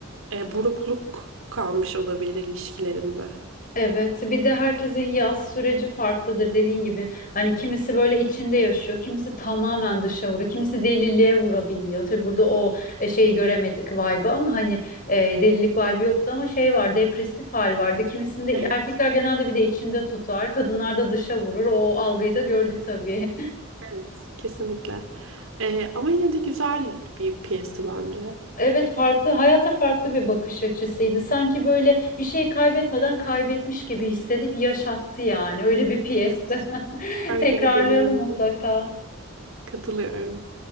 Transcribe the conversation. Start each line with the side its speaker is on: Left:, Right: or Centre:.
Right: e, burukluk kalmış olabilir ilişkilerinde.
Left: Evet, bir de herkesin yaz süreci farklıdır dediğin gibi. Hani kimisi böyle içinde yaşıyor, kimisi tamamen dışa vuruyor, kimisi deliliğe vurabiliyor. Tabii burada o e, şeyi göremedik vibe'ı ama hani e, delilik vibe'ı yoktu ama şey var, depresif hal vardı. Kimisinde
Right: Evet.
Left: erkekler genelde bir de içinde tutar, kadınlar da dışa vurur. O algıyı da gördük tabii.
Right: Evet, kesinlikle. Ee, ama yine de güzel bir piyesti bence.
Left: Evet farklı hayata farklı bir bakış açısıydı. Sanki böyle bir şey kaybetmeden kaybetmiş gibi hissedip yaşattı yani. Öyle bir piyesti.
Right: Evet.
Left: <laughs>
Right: Farklı
Left: Tekrarlayalım
Right: bir deneyim.
Left: mutlaka.
Right: Katılıyorum.